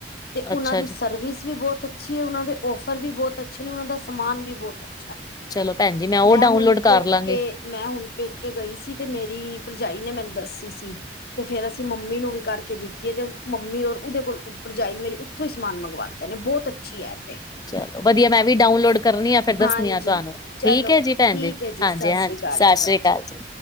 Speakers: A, on the left (about 60°); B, on the left (about 20°).
A: ਤੇ
B: ਅੱਛਾ
A: ਓਨਾ ਦੀ
B: ਜੀ।
A: ਸਰਵਿਸ ਵੀ ਬੋਤ ਅੱਛੀ ਏ ਉਨਾ ਦੇ ਔਫਰ ਵੀ ਬੋਤ ਅੱਛੇ ਨੇ ਉਨਾ ਦਾ ਸਮਾਨ ਵੀ ਬੋਤ ਅੱਛੈ।
B: ਚਲੋ ਭੈਣ ਜੀ ਉਹ
A: ਮੈਂ
B: ਡਾਊਨਲੋਡ
A: ਹੁਨ ਪੇਕੇ
B: ਕਰ ਲਾਂਗੀ,
A: ਮੈਂ ਹੁਨ ਪੇਕੇ ਗਈ ਸੀ ਤੇ ਮੇਰੀ ਪਰਜਾਈ ਨੇ ਮੈਨੂੰ ਦਸੀ ਸੀ ਤੇ ਫੇਰ ਅਸੀ ਮੰਮੀ ਨੂੰ ਵੀ ਕਾਰਕੇ ਦਿ ਤੀ ਏ ਮੰਮੀ ਔਰ ਉਦੇ ਕੋਲ ਪਰਜਾਈ ਮੇਰੀ ਉਥੋਂ ਈ ਸਮਾਨ ਮੰਗਵਾਂਦੇ ਨੇ ਬੋਤ ਅੱਛੀ ਐਪ ਏ।
B: ਚਲੋ ਵਦੀਐ ਮੈਂ ਵੀ ਡਾਊਨਲੋਡ ਕਰਨੀ ਆ ਫੇਰ ਦੱਸਨੀ
A: ਹਾਂਜੀ
B: ਆ ਤੁਆਨੂੰ। ਠੀਕ
A: ਚਲੋ
B: ਏ ਜੀ ਪੈਨ
A: ਠੀਕ
B: ਜੀ,
A: ਹੈ
B: ਹਾਂਜੀ-ਹਾਂਜੀ
A: ਸਤਿ ਸ੍ਰੀ ਅਕਾਲ
B: ਸਾਸ੍ਰੀ
A: ਜੀ ਭੈਣ
B: ਕਾਲ ਜੀ।